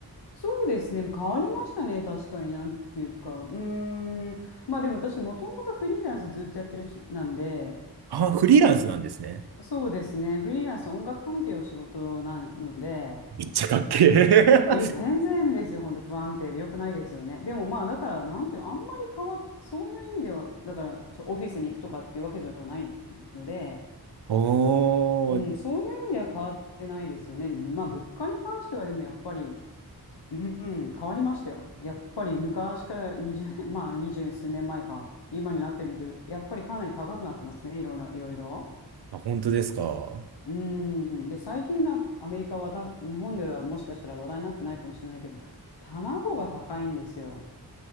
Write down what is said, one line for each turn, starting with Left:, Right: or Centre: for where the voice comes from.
Left: そうですね。変わりましたね。確かになんていうか。うーん。まあでも私もともとフリーランスずっとやってるし、なんで、
Right: あ、フリーランスなんですね。
Left: そうですね。フリーランス音楽関係お仕事なので、
Right: めっちゃかっけえ。
Left: え、全然ですよ。本当不安定で良くないですよね。でもまあだから、なんていうの、あんまり変わっ、そういう意味では、だからそうオフィスに行くとかっていうわけじゃないので、
Right: <laughs> おー、
Left: うん、そういう意味では変わってないですよね。でまあ、物価に関してはでもやっぱり、うん、うん変わりましたよ。やっぱり昔から20年、まあ、20数年前か、今になってみると、やっぱりかなり高くなってますね、いろんな、いろいろ。
Right: あ本当ですか。
Left: うん、で、最近なんかアメリカはた、日本ではもしかしたら話題になってないかもしれないけど、卵が高いんですよ。